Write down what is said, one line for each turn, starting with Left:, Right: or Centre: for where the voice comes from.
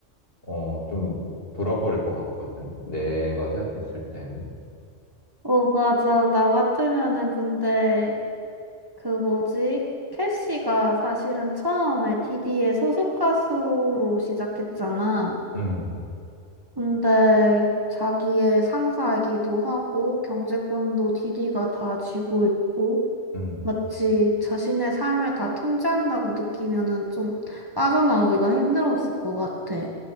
Left: 어, 좀 돌아버릴 것 같거든. 내가 생각했을 때는.
Right: 어, 맞아. 나 같으면은 근데 그 뭐지? 캐시가 사실은 처음에 디디의 소속 가수로 시작했잖아.
Left: 음,
Right: 근데 자기의 상사이기도 하고 경제권도 디디가 다 쥐고 있고
Left: 음,
Right: 마치 자신의 삶을 다 통제한다고 느끼면은 좀 빠져나오기가 힘들었을 것 같아.